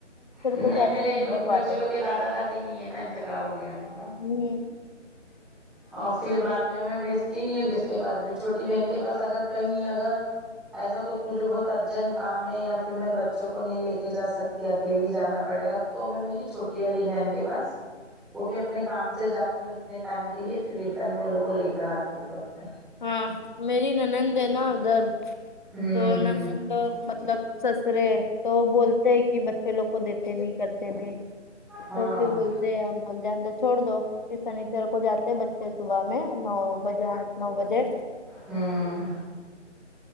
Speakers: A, in the centre; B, on the left (about 40°).
A: نہیں
B: کو جاتے
A: میرے
B: سنڈے
A: لوگ کے
B: کو
A: بچے
B: آتے
A: لوگ کے دادا دادی نہیں ہے نا انتقال ہو گیا ان کا
B: ہوں
A: اور پھر بعد میں میں بھیجتی نہیں ہوں کس کے پاس بھی چھوٹی بہن کے پاس اگر کہیں اگر ایسا کچھ مجھے بہت ارجنٹ کام ہے یا پھر میں بچوں کو نہیں لے کے جا سکتی اکیلی جانا پڑے گا تو میں میری چھوٹی والی بہن کے پاس وہ بھی اپنے کام سے جاتی ہوں اتنے ٹائم کے لیے پھر ریٹرن میں ان لوگ کو لے کر آتی ہوں گھر پہ
B: ہاں میری نند ہے نا ادھر
A: ہوں
B: تو
A: ہوں
B: نند اور مطلب سسرے تو وہ بولتے ہیں کہ بچے لوگ کو دیتے نہیں کرتے نہیں
A: ہاں
B: تو پھر بول ہم لوگ جان چھوڑ دو اس سنیچر کو جاتے بچے صبح میں نو بجے آ نو بجے
A: ہوں